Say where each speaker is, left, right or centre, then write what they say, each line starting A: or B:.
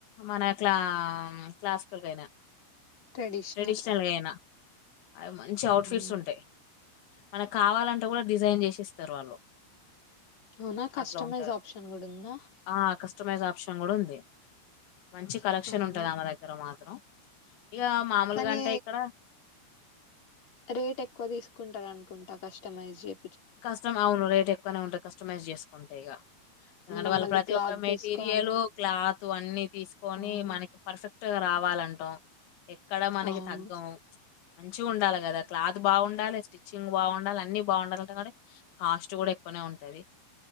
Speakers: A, on the left; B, on the left.
A: మన క్లా క్లాసికల్గ అయినా
B: ట్రెడిషనల్
A: ట్రెడిషనల్గయినా మంచి అవుట్ఫిట్స్
B: అవును.
A: ఉంటయి మన క్ కావాలంటే కూడ డిజైన్ చేసిేస్తారు వాళ్ళు
B: అవున కస్టమైజ్
A: అట్లా ఉంటారు
B: ఆప్షన్ కూడ ఉందా
A: ఆ కస్టమైజ్ ఆప్షన్ కూడ ఉంది మంచి కలెక్షన్
B: అవును.
A: ఉంటది ఆమె దగ్గర మాత్రం ఇక మామూలగా
B: కానీ
A: అంటే ఇక్కడ
B: రేట్ ఎక్కువ తీసుకుంటారనుకుంటా కస్టమైజ్ చె
A: కస్టమ్ అవును రేట్ ఎక్కువనే ఉంటాయి కస్టమైజ్ చేసుకుంటే ఇగ
B: మనం
A: అంటె వాళ్ళ
B: మళ్ళీ
A: ప్రతి
B: క్లాత్
A: ఒక్క మెటీరియల్
B: తీసుకోవాలి.
A: క్లాత్ అన్నిీ తీసుకొని
B: అవును.
A: మనకి పర్ఫెక్ట్ క్ట్ రావాలంటాం ఎక్కడ మనకి
B: అవును.
A: తగ్గం మంచి మంచిగ ఉండాలి కదా క్లాత్ బాగుండాలి స్టిచ్చింగ్ బాగుండాల అన్ని బాగుండాలి కాస్ట్ కూడ ఎక్కువనే ఉంటది